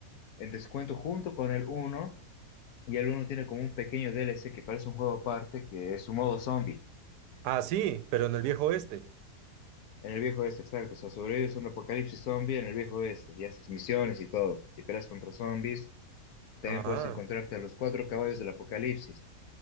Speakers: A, on the left (about 70°); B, on the right (about 80°).
A: en descuento junto con el uno y el uno tiene como un pequeño DLC que parece un juego aparte, que es su modo zombie.
B: Ah, sí, pero en el viejo oeste.
A: En el viejo oeste, exacto. O sea, sobrevives a un apocalipsis zombie en el viejo oeste y haces misiones y todo. Y peleas contra zombies También
B: Ah,
A: puedes encontrarte a los cuatro caballos del Apocalipsis.